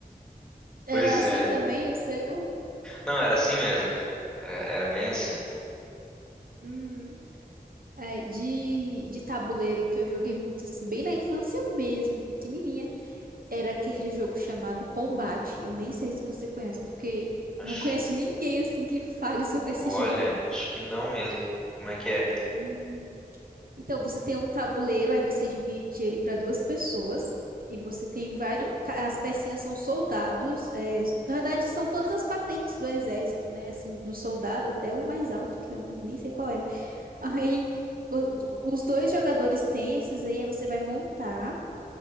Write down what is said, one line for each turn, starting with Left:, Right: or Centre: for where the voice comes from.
Right: Era
Centre: Pois
Right: assim
Centre: é.
Right: também o seu?
Centre: Não, era assim mesmo. Era, era bem assim.
Right: Uhum. É, de, de tabuleiro que eu joguei muito, assim, bem na infância mesmo, pequenininha. Era aquele jogo chamado Combate. Eu nem sei se você conhece, porque
Centre: Acho,
Right: não conheço ninguém, assim, que fale sobre
Centre: olha,
Right: esse jogo.
Centre: acho que não mesmo. Como é que é?
Right: Hum. Então, você tem um tabuleiro, aí você divide ele para duas pessoas. E você tem vários. ca- As pecinhas são soldados. é, na verdade, são todas as patentes do exército, né? Assim, do soldado até o mais alto, que eu nem sei qual é. Aí o- os dois jogadores têm esses aí, aí você vai montar